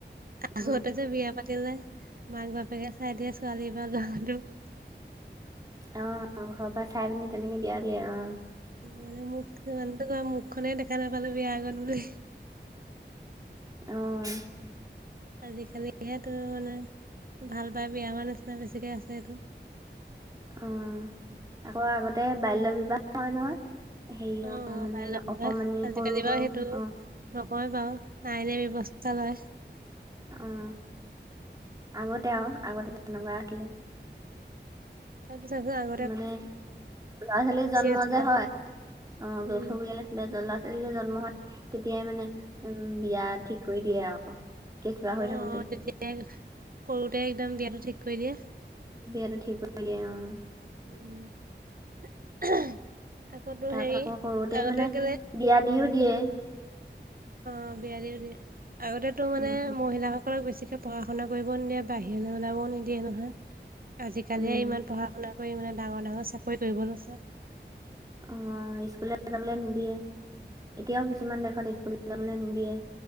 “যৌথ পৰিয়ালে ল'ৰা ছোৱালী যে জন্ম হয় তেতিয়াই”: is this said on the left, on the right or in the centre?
Right